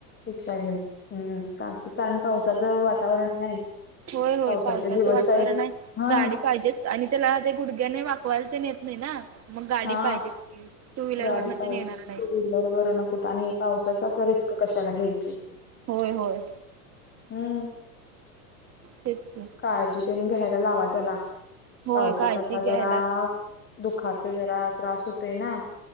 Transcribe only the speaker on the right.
होय होय
पावसाचं
वातावरण
आहे
गाडी पाहिजेच आणि त्याला ते गुडघ्याने वाकवायल तर नेत नाही ना मग गाडी
पाहिजेत की टू व्हीलर
वरन
ते नेणार नाही
होय होय
तेच की
होय
काळजी
घ्यायला